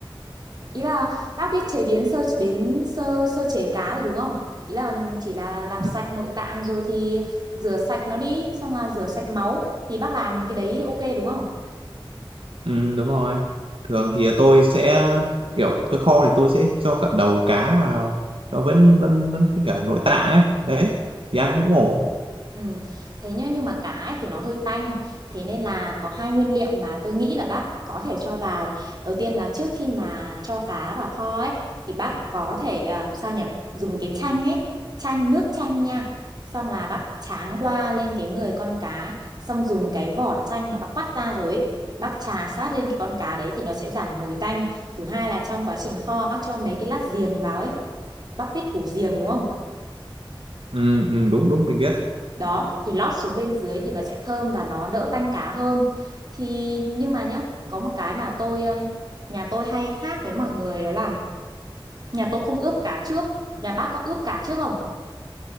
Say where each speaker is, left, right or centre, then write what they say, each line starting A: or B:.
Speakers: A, on the right; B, on the right.
A: ý là bác biết chế biến sơ biến sơ sơ chế cá rồi đúng không? Ý là chỉ là làm sạch
B: Ừ,
A: nội tạng rồi thì rửa sạch nó đi, xong là rửa sạch máu thì bác làm cái đấy ok đúng không?
B: ừ, đúng rồi. Thường
A: Ừ.
B: thì tôi sẽ kiểu tôi kho thì tôi sẽ cho cả đầu cá vào nó vẫn vẫn vẫn với cả nội tạng ấy. Đấy thì ăn cũng ổn.
A: Ừ. Thế nhá, nhưng mà cá ấy thì nó hơi tanh Thế nên là có hai nguyên liệu mà tôi nghĩ là bác có thể cho vào Đầu tiên là trước khi mà cho cá vào kho ấy Thì bác có thể, ờ, sao nhỉ, dùng cái chanh ấy Chanh, nước chanh nha Xong là bác tráng qua lên cái người con cá Xong dùng cái vỏ chanh mà bác vắt ra rồi ấy, Bác chà sát lên cái con cá đấy thì nó sẽ giảm mùi tanh Thứ hai là trong quá trình kho bác cho mấy cái lát giềng vào ấy Bác biết củ giềng đúng không?
B: Ừ, ừ, đúng đúng mình biết.
A: đó thì lót xuống bên dưới thì nó sẽ thơm và nó đỡ tanh cá hơn thì nhưng mà nhá có một cái mà tôi ừm, nhà tôi hay khác với mọi người đó là nhà tôi không ướp cá trước nhà bác có ướp cá trước không